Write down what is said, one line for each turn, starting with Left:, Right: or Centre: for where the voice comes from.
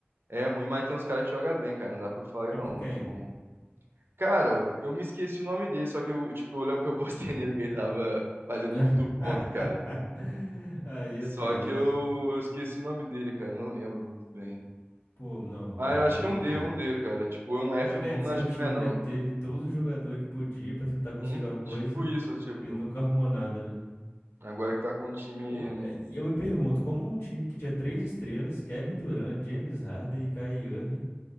Right: é ruim, mas tem uns caras que jogam bem, cara. Não dá pra falar,
Left: Tipo
Right: que não.
Left: quem?
Right: Tipo, cara, eu me esqueci o nome dele, só que eu, tipo, eu lembro que eu postei <laughs> nele que ele tava fazendo
Left: <laughs>
Right: muito ponto, cara.
Left: Aí eu
Right: Só
Left: tenso.
Right: que eu, eu esqueci o nome dele, cara. Não lembro muito bem.
Left: Pô, não, pô,
Right: Ah, eu
Left: pode
Right: acho que é um
Left: crer.
Right: D, é um D, cara. Tipo, é um F,
Left: O Nets
Right: eu não, não acho
Left: é um time
Right: que não é,
Left: que
Right: não.
Left: já teve todos os jogadores que podia pra tentar conseguir
Right: Um
Left: uma coisa
Right: tipo isso, tipo.
Left: e nunca arrumou nada, né?
Right: Agora que tá com um time.
Left: Pô, é, e eu me pergunto, como um time que tinha três estrelas, Kevin Durant, James Harden e Kyrie Irving,